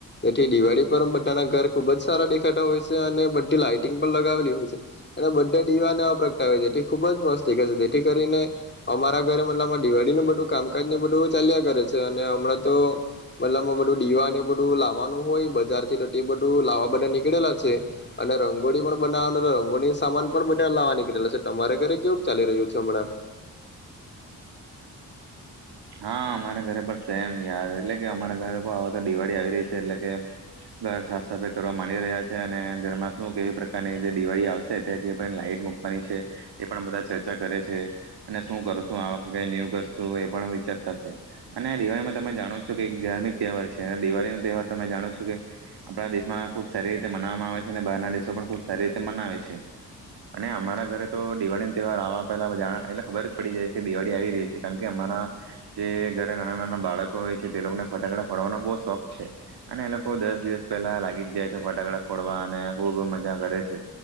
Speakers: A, on the left (about 25°); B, on the right (about 70°).
A: એથી દિવાળી પર બધાના ઘર ખુબ જ સારા દેખાતા હોય છે અને બધી લાાઈટિંગ પણ લગાવેલી હોય છે. અને બધા દીવાને પ્રગટાવે જેથી ખુબ જ મસ્તીખે છે જેથી કરીને અમારા ઘરે મતલબમાં દિવાળી નું બધું કામકાજ ને બધું ચાલ્યા કરે છે અને હમણાં તો મતલબમાં બધું દીવાને બધું લાવાનું હોય બજાર થી તો બધું લાવા બધા નીકળેલા છે અને રંગોળી પણ બનાવવાનું નું પણ સામાન પણ બધા લાવા નીકળેલા છે. તમારે ઘરે કેવું ચાલી રહ્યું છે હમણાં?
B: હા અમારા ઘરે પણ સેમ યાર એટલે કે અમારા ઘરે કોઈ આવે તો દિવાળી આવી રહી છે એટલે કે ઘર સાફ સફાઈ કરવા માંડી રહ્યા છે અને ઘરમાં શું કેવી પ્રકારની દિવાળી આવશે તે તે લાાઈટ મૂકવાની છે તે પણ બધા ચર્ચા કરે છે અને શું કરશું આ વખતે ન્યુ કરશું એ પણ ચડતા છે. અને દિવાળીમાં તમે જાણો છો કે એક ધાર્મિક તહેવાર છે અને દિવાળીનો તહેવાર તમે જાણો છો કે આપણા દેશમાં ખૂબ સારી રીતે મનાવવામાં આવે છે અને બહારના દેશો પણ ખૂબ સારી રીતે મનાવે છે. અને અમારા ઘરે તો દિવાળીનો તહેવાર આવવા પહેલાં જા એટલે ખબર જ પડી જાય છે કે દિવાળી આવી રહી છે કારણ કે અમારા જે ઘરે નાના નાના બાળકો હોય છે તે લોકોને ફટાકડા ફોડવાનો બહુ શોખ છે. અને એ લોકો દસ દિવસ પહેલા લાગી જ જાય છે ફટાકડા ફોડવા અને ખુબ મજા કરે છે.